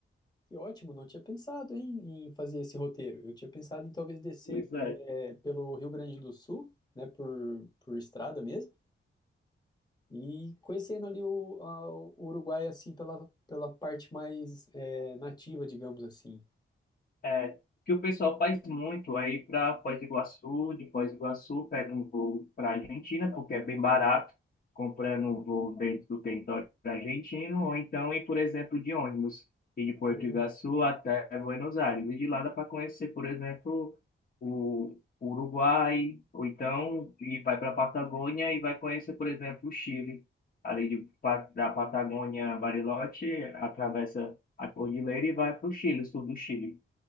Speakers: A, on the left (about 20°); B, on the left (about 45°).
A: que ótimo, não tinha pensado em, em fazer esse roteiro. Eu tinha pensado em talvez descer
B: Pois é.
A: é, pelo Rio Grande do Sul, né, por, por estrada mesmo, e conhecendo ali o, a- o Uruguai, assim, pela, pela parte mais é, nativa, digamos assim.
B: É, que o pessoal faz muito aí para Foz do Iguaçu, de Foz do Iguaçu pega um voo para Argentina, porque é bem barato, comprando um voo dentro do território argentino, ou então ir, por exemplo, de ônibus, e de Porto
A: né.
B: Iguaçu até Buenos Aires, e de lá dá para conhecer, por exemplo, o o Uruguai, ou então e vai para a Patagônia e vai conhecer, por exemplo, o Chile. Ali de, Pa- da Patagônia, Bariloche, atravessa a cordilheira e vai para o Chile, sul do Chile.